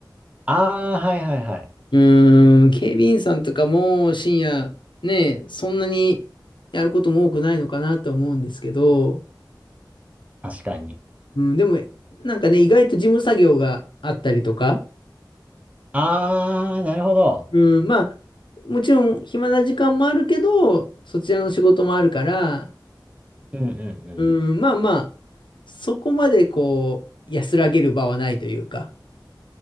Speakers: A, on the right; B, on the left.
A: ああ、はいはいはい。
B: うーん、警備員さんとかも深夜、ね、そんなにやることも多くないのかなと思うんですけど、
A: 確かに。
B: うん、でも、なんかね、意外と事務作業があったりとか、
A: ああ、なるほど。
B: うん、まあ、もちろん暇な時間もあるけど、そちらの仕事もあるから、
A: うんうんうん。
B: うん、まあまあ、そこまでこう、安らげる場はないというか。